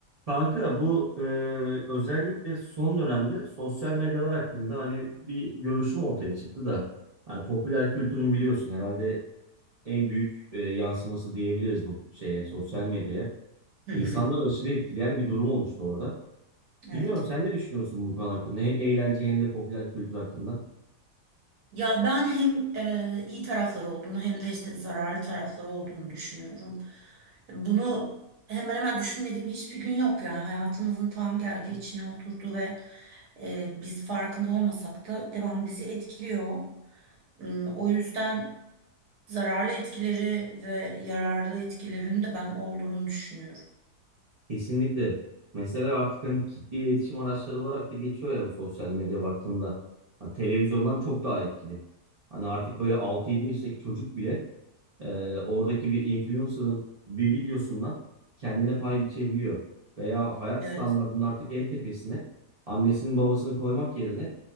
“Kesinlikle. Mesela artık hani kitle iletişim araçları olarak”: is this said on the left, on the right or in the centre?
Right